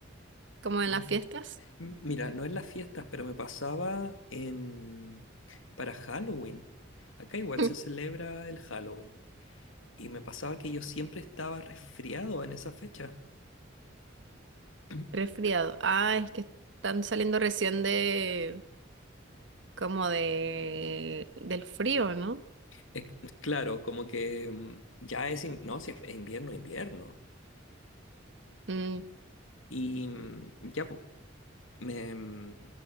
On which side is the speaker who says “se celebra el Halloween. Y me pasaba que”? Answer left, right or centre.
Left